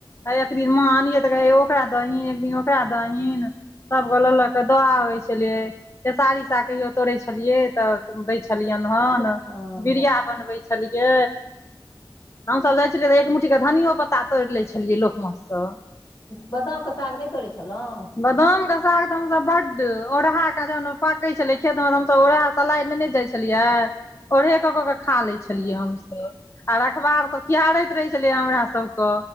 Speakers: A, on the left; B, on the left.
A: आ एक दिन मां आनियै तऽ कहय ओकरा दही एक दिन ओकरा दहीन सभ गो लऽ लऽ के द आबै छलियै। खेसारीक साग कहियो तोड़े छलिये तऽ दै छलियनि हन
B: हँ,
A: बिड़िया बनबे छलियै। हमसभ जाइ छलियै तऽ एक मु्ट्ठीक धनियो पत्ता तोरि लै छलियै लोक मऽसँ
B: बादाम के साग नय तोड़ै छलहुँ।
A: बदाम के साग तऽ हमस बड, ओरहा के जहन पाके छले खेत में तऽ हमस ओढ़ा सलाइ ने ने जाइ छलियै ओढ़े कऽ कऽ के खा ले छलियै
B: हँ
A: हमसभ। आर रखबार सब खिहारैत रहै छलै हमरा सभके।